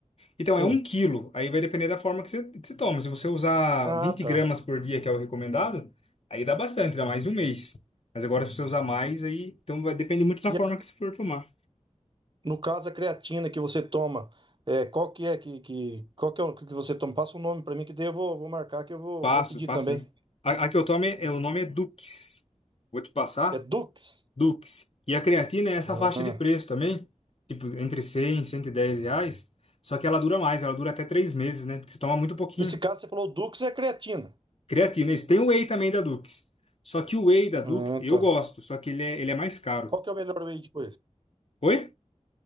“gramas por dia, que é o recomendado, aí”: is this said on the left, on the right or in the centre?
Left